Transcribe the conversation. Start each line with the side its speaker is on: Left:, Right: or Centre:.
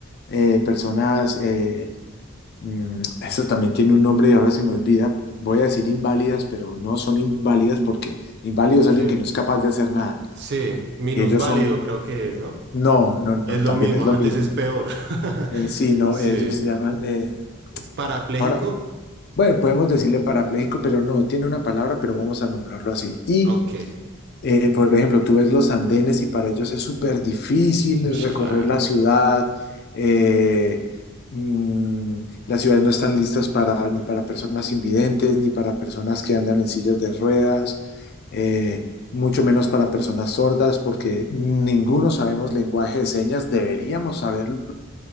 Left: eh, personas, eh, mm, eso también tiene un nombre y ahora se me olvida, voy a decir inválidas, pero no son inválidas porque inválido
Right: Ok.
Left: es alguien que no es capaz de hacer nada
Right: Sí, minusválido
Left: y ellos son,
Right: creo que es, ¿no?
Left: no, no,
Right: Es
Left: no,
Right: lo
Left: también
Right: mismo,
Left: es lo
Right: antes
Left: mismo.
Right: es peor. <laughs>
Left: Eh, sí, no,
Right: Sí.
Left: ellos se llaman. eh,
Right: ¿Es parapléjico?
Left: ahora, bueno, podemos decirle parapléjico, pero no, tiene una palabra, pero vamos a nombrarlo así. Y,
Right: Ok.
Left: eh, por ejemplo, tú ves los andenes y para ellos es súper difícil
Right: Ush,
Left: recorrer
Right: Claro.
Left: la ciudad. eh, mm, las ciudades no están listas para, ni para personas invidentes, ni para personas que andan en sillas de ruedas, eh, mucho menos para personas sordas, porque ninguno sabemos lenguaje de señas, deberíamos saberlo